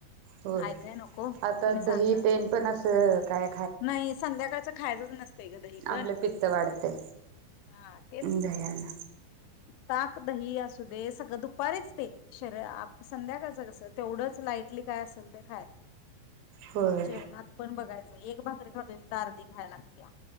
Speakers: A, on the right (about 80°); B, on the left (about 85°).
A: होय
B: ऐकाय नको
A: आता
B: कुणी सांगणार
A: दही तेन पण अस काय?
B: नाही संध्याकाळचं खायचंच नसतंय ग दही पण
A: आपलं पित्त वाढतय
B: हा तेच
A: दह्यान
B: ताक दही असू दे सगळं दुपारीच ते शरीर आ संध्याकाळचं कसं तेवढंच लाईटली काय असल ते खायाच.
A: होय
B: जेवणात पण बघायचं. एक भाकरी खातोय तित अर्धी खायाय लागतीया.